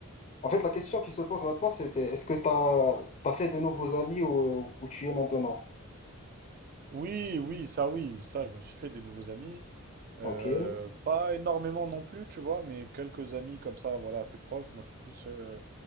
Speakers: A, on the left; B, on the right.
A: en fait, la question qui se pose maintenant, c'est, c'est, est-ce que t'as, t'as fait de nouveaux amis où, où tu es maintenant?
B: Oui, oui, ça oui, ça je me suis fait des nouveaux amis. Euh,
A: Ok.
B: pas énormément non plus, tu vois, mais quelques amis comme ça, voilà, assez proches. Moi je suis plus, euh,